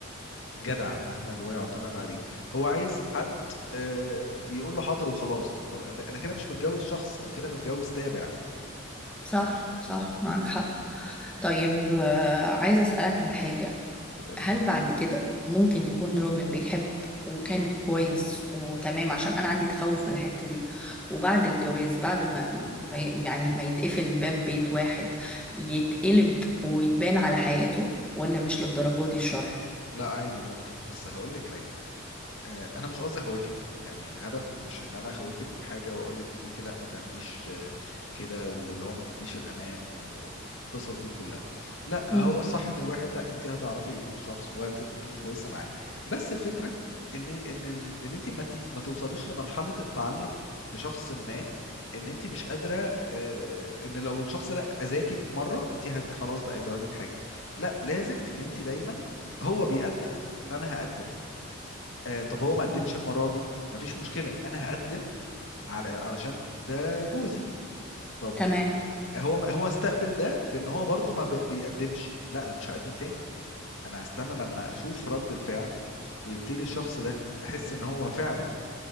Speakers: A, on the left; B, in the centre.
A: جدع فاهمه اللي هو يعتمد عليه هو عايز حد آه، يقول له حاضر وخلاص طب انت انا كده مش متجوز شخص انا كده متجوز تابع
B: صح صح معاك حق طيب آه، عايزة أسألك على حاجة
A: تسألين
B: هل بعد كده ممكن يكون راجل بيحب وكان كويس وتمام عشان انا عندي تخوف من الحتة دي وبعد الجواز بعد ما ما ي- يعني ما يتقفل باب بيت واحد يتقلب ويتبان على حياته ولا مش للدرجة دي الشر
A: لا عادي ممكن بس هقول لك حاجه آه، انا مش قصدي اخوفك يعني الهدف مش ان انا اخوفك من حاجه واقول لك ان انت لا ما تعمليش آه، كده واللي هو ما تديش الامان والقصص دي كلها لا
B: مم.
A: هو الصح ان الواحد لا انت هتعرفي شخص وهتبقي كويسه معاه بس الفكره ان ان ال... ان انت ما تت... ما توصليش لمرحله التعلق بشخص ما ان انت مش قادره آه، ان لو الشخص ده اذاكي في مره انت ه... خلاص بقى يجرى لك حاجه لا لازم ان انت دايما هو بيقدم فانا هقدم آه طب هو ما قدمش
B: نعم.
A: المرة دي مفيش مشكلة أنا هقدم على علشان ده جوزي طب
B: تمام
A: هو ما هو استقبل ده بأن هو برضو ما بي- بيقدمش لا أنا مش هقدم تاني أنا هستنى لما أشوف رد الفعل ويبتدي الشخص ده أحس إن هو فعلا